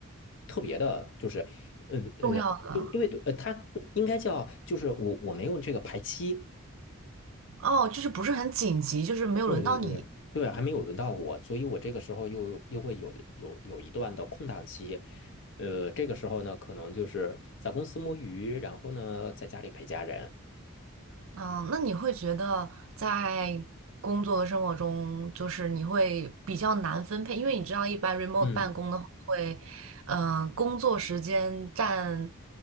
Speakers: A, on the left; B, on the right.
A: 特别的，就是嗯呃，
B: 重要的
A: 对因为呃，他应该叫就是我我没有这个排期，
B: 哦，就是不是很紧急，就是没有轮到你。
A: 对对对对，还没有轮到我，所以我这个时候又又会有有有一段的空档期，呃，这个时候呢，可能就是在公司摸鱼，然后呢，在家里陪家人。
B: 嗯，那你会觉得在工作和生活中，就是你会比较难分配，因为你知道，一般 remote
A: 嗯。
B: 办公的话会，嗯、工作时间占